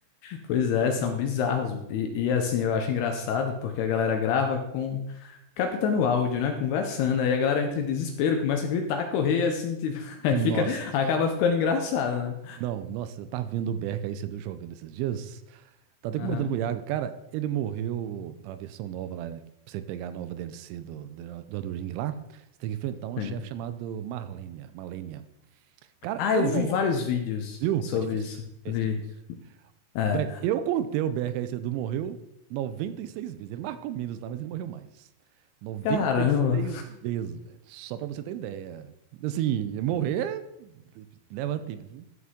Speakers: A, on the left; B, on the right.
A: Pois é, são bizarros. E, e, assim, eu acho engraçado porque a galera grava com captando áudio, né? Conversando. Aí a galera entra em desespero, começa a gritar, correr, assim, tipo, <laughs>
B: Nossa,
A: aí fica, acaba ficando engraçado, né?
B: não, nossa, eu tava vendo o Berk aí cedo jogando esses dias. Tá até
A: Aham,
B: comentando com o Iago, cara, ele morreu pra versão nova lá, né? Pra você pegar a nova DLC do, do, do Elden Ring lá, você tem que enfrentar uma
A: sim.
B: chefe chamada Marlenia, Malenia. Cara,
A: Ah,
B: ele
A: eu vi
B: morreu.
A: vários vídeos
B: Viu?
A: sobre
B: É difícil.
A: isso.
B: Esse
A: Vi.
B: é difícil.
A: É.
B: Velho, eu contei o Berk aí cedo, morreu 96 vezes. Ele marcou menos lá, mas ele morreu mais. noventa
A: Caramba.
B: e seis vezes, velho. Só pra você ter ideia. Assim, morrer leva tempo.